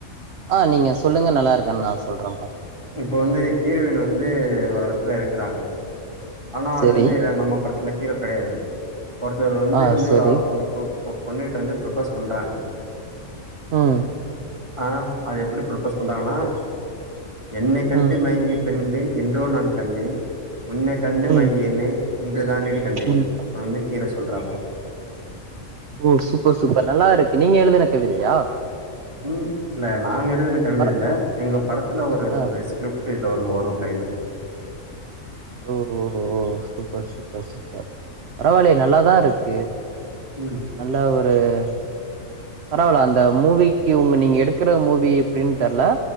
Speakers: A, on the right (about 60°); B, on the right (about 20°).
A: ஆ நீங்க சொல்லுங்க நல்லா இருக்கன்னு நா சொல்ற
B: இப்போ வந்து ஹீரோயின் வந்து ஒரு எடத்துல இருக்கிறாங்க ஆனா
A: செரி
B: அது வந்து நம்ம படத்துல ஹீரோ கிடையாது ஒருத்தவர் வந்து
A: ஆ
B: வந்து
A: செரி
B: அந்த பொ பொ பொண்ணுக்கிட்டு வந்து ப்ரப்போஸ் பண்றாங்க
A: ம்
B: ஆ அது எப்டி ப்ரப் ப்போஸ் பண்றாங்கன்னா
A: செரி
B: என்னை கண்டு
A: ம்
B: மயங்கி பெண்களை என்றோ நான் கண்டேன் உன்னை கண்டு
A: ம்
B: மயங்கிய என்னை இன்றுதானேடி கண்டேன்
A: ம்
B: அப்புன்னு வந்து ஹீரோ சொல்றாப்புள
A: ஓ சூப்பர் சூப்பர் நல்லா இருக்கு நீங்க எழுதுன கவிதையா
B: ம் இல்ல நாங்க எதுன கவித
A: பர
B: இல்ல எங்க படத்துல ஒரு
A: ஆ
B: ஒரு ஸ்கிரிப் இல ஒன்னு வரு கவித
A: ஓஓ ஓ சூப்பர் சூப்பர் சூப்பர் பரவால்லையே நல்லாதா இருக்கு
B: ம்
A: நல்லா ஒரு அ பரவல அந்த மூவிக்கு உங்க நீங்க எடுக்கற மூவி எப்டின்னு தெர்ல